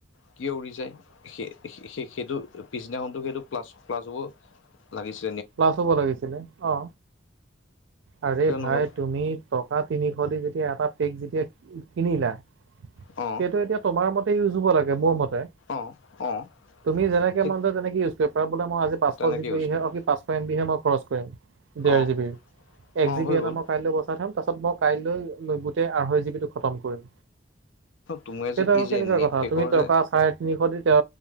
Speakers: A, on the left; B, on the right.
A: কিয় উৰি যায় সেই সেই-সেইটো পিছদিনাখনটো সেইটো প্লাছ প্লাছ হ'ব লাগিছে
B: প্লাছ হ'ব লাগিছিলে অ'। আৰে
A: কিয়
B: ভাই
A: নহ'ল
B: তুমি টকা তিনিশ দি যেতিয়া এটা পেক যেতিয়া কিনিলা
A: অ'।
B: সেইটো এতিয়া তোমাৰ মতেই ইউজ হ'ব লাগে, মোৰ মতে।
A: অঁ অঁ
B: তুমি যেনেকে
A: সেই
B: মন যায় তেনেকে ইউজ কৰিব পাৰা, বোলে মই আজি পাচশ
A: তেনেকৈ
B: জিবীহে
A: ইউজ কৰা
B: কি পাঁচ এমবিহে মই খৰচ কৰিম ডেৰ
A: অঁ
B: জিবিৰ, এক
A: অঁ
B: জিবি
A: হৈ
B: এটা
A: গ'ল
B: মই কাইলে বচাই থ'ম তাছত মই কাইলৈ গোটেই আঢ়ৈ জিবিটো খতম কৰিম।
A: তোমাৰ
B: সেইটো
A: যে
B: আকৌ
A: এই
B: কেনেকুৱা
A: যে নেট
B: কথা,
A: পেকৰ
B: তুমি টকা
A: যে
B: চাই তিনিশ দি তে